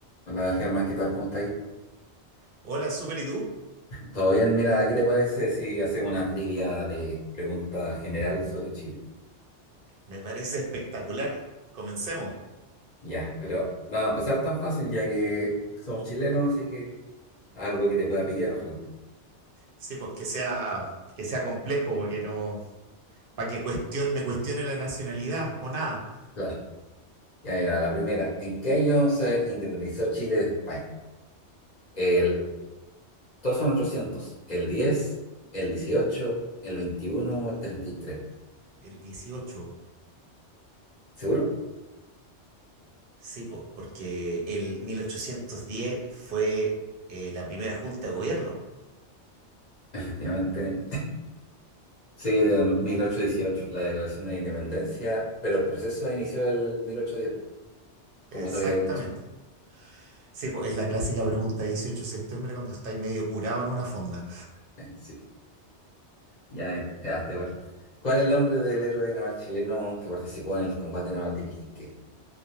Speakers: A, on the left; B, on the right.
A: Hola Germán, ¿qué tal? ¿Cómo estáis?
B: Hola, Super, ¿y tú?
A: ¿Todo bien? Mira, ¿qué te parece si hacemos una trivia de preguntas general sobre Chile?
B: Me parece espectacular. Comencemos.
A: Ya, pero nada, empezar tan fácil ya que somos chilenos, así que algo que te pueda pillar, ojalá.
B: Sí, pues que sea, que sea complejo, porque no. Para que cuestione, me cuestione la nacionalidad o nada.
A: Claro. Ya mira, la primera. ¿En qué año se independizó Chile de España? El, todos son 800. ¿El 10, el 18, el 21 o el treinta y tres.
B: El dieciocho,
A: ¿Seguro?
B: Sí, pues, porque el 1810 fue eh, la primera junta de gobierno.
A: Efectivamente. Sí, de mil ochocientos dieciocho. la declaración de independencia, pero el proceso inició el mil ochocientos diez. como
B: Exactamente.
A: te había dicho.
B: Sí, pues es la clásica pregunta de 18 de septiembre cuando estáis medio curado en una fonda.
A: Eh, sí, ya era, ya está igual. ¿Cuál es el nombre del héroe naval chileno que participó en el combate naval de Iquique?